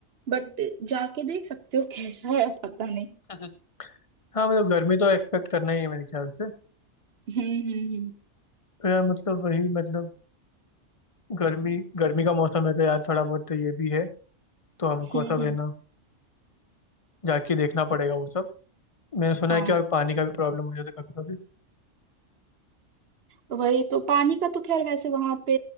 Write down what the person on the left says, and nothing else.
<laughs> हम्म। हाँ मतलब गर्मी तो एक्सपेक्ट करना ही है मेरे ख्याल से
तो यार मतलब वही मतलब गर्मी गर्मी का मौसम है तो यार थोड़ा बहुत तो ये भी है तो हमको
सब
है ना जाके देखना पड़ेगा वो सब मैंने सुना
है कि और पानी का भी प्रॉब्लम हो जाता है कभी कभी